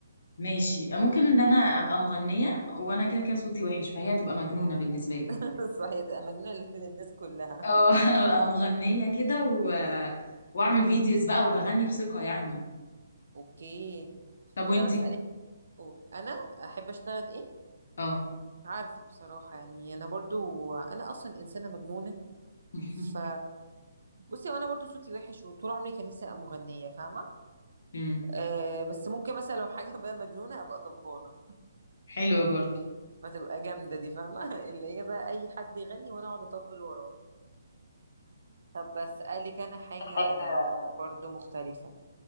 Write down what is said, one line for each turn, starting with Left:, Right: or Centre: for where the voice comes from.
Left: ماشي ممكن ان انا ابقى مغنية وانا كده كده صوتي وحش فهي هتبقى مجنونة بالنسبة لي
Right: <laughs> صحيح تبقى مجنونه لل- للناس كلها
Left: اه <laughs> ابقى مغنية كده و... واعمل فيديوز بقى وبغني بثقة يعني
Right: اوكي
Left: طب وانتي
Right: طب اسالك أو- انا احب اشتغل ايه
Left: اه
Right: عارفه بصراحه يعني انا برضو انا اصلا انسانه مجنونه
Left: <laughs>
Right: ف بصي وانا برضو صوتي وحش وطول عمري كان نفسي ابقى مغنيه فاهمه مم.
Left: امم
Right: أه بس ممكن مثلا لو حاجه بقى مجنونه ابقى طباله
Left: حلوة برضه
Right: فتبقى جامده دي فاهمه <laughs> اللي هي بقى اي حد يغني وانا اقعد اطبل وراه طب بسالك انا حاجه
Left: حاجة
Right: برضو مختلفه